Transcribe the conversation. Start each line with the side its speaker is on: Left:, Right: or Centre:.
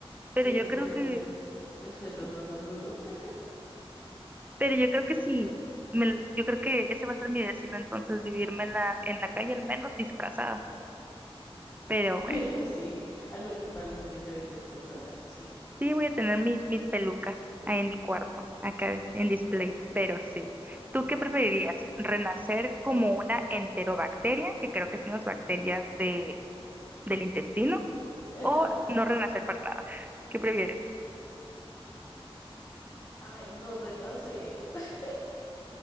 Right: pero
Left: Tocas
Right: yo creo
Left: mirar
Right: que,
Left: el, el suelo
Right: sí,
Left: no tan duro. <laughs>
Right: pero yo creo que sí, me- yo creo que ese va a ser mi destino, entonces vivirme en la, en la calle, al menos disfrazada. Pero
Left: Bueno,
Right: bueno,
Left: sí, al menos pareces diferentes personas, sí.
Right: sí voy a tener mis, mis pelucas ahí en mi cuarto, acá en display, pero sí. ¿Tú qué preferirías? ¿Renacer como una enterobacteria, que creo que son las bacterias de, del intestino
Left: Ajá.
Right: o no renacer para nada. ¿Qué prefieres?
Left: Ay, no renacer. <laughs>